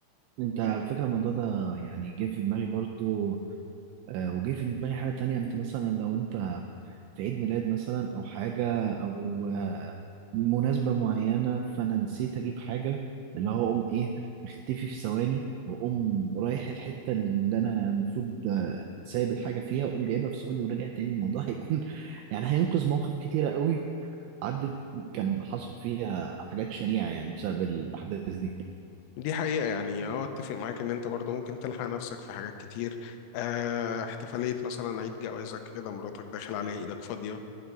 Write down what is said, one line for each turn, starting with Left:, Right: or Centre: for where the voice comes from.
Right: أنت على فكرة الموضوع ده يعني جه في دماغي برضه آه، وجه في دماغي حاجة تانية انت مثلا لو انت في عيد ميلاد مثلا او حاجة او آه، مناسبة معينة فانا نسيت اجيب حاجة اللي هو اقوم ايه اختفي في ثواني واقوم رايح الحتة اللي انا المفروض آه، سايب الحاجة فيها واقوم جايبها في ثواني وراجع تاني الموضوع هيكون <laughs> يعني هينقذ مواقف كتيرة قوي عدت كان حصل فيها حاجات شنيعة يعني بسبب الاحداث دي
Left: دي حقيقة يعني أه أتفق معاك إن أنت برضه ممكن تلحق نفسك في حاجات كتير آه احتفالية مثلا عيد جوازك كده مراتك داخل عليها إيدك فاضية